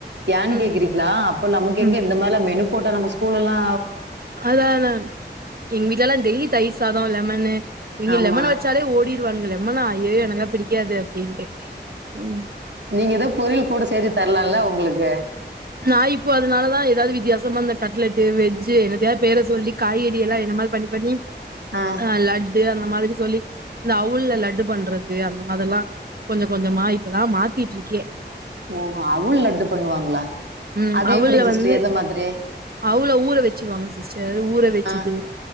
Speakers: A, on the right; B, on the right.
A: ஏன்
B: ம்,
A: கேக்குறீங்ளா அப்ப நமக்கெங்க
B: ம்.
A: இந்த மாரில்லா மெனு போட்டா நம்ம ஸ்கூல்லல்லா
B: அதான எங் வீட்லல்லா டெய்லி தயிர் சாதொ லெமனு இங்க
A: ஆமா
B: லெமன வெச்சாலே ஓடி டுவாங்க லெமனா ஐயயோ எனக்குலா பிடிக்காது அப்டின்ட்டு ம்
A: நீங்க ஏதோ பொரியள் கூட சேத்தி தர்லால்ல அவ்ங்களுக்கு
B: நா இப்போ அதுனாலதா ஏதாவ்து வித்தியாசமா இந்த கட்லெட்டு் வெஜ்ஜு என்னத்தையா பேர சொல்லி காய்கறியெல்லா என்னமா பண்ணி பண்ணி
A: ஆ
B: ஆ லட்டு அந்த மாதிரி சொல்லி இந்த அவுள்ல லட்டு பண்றது அந்த மாதிரில்லா கொஞ்சக் கொஞ்சமா இப்பதா மாத்திட்ருக்கே
A: ஓஹோ அவுள் லட்டு பண்ணுவாங்ளா
B: ம்
A: அது
B: அவுள்ல
A: எப்டிங் சிஸ்டர்
B: வந்து
A: எந்த மாதிரி
B: அவுள ஊற வெச்சிருவாங்க சிஸ்டர் ஊற வெச்சிட்டு
A: ஆ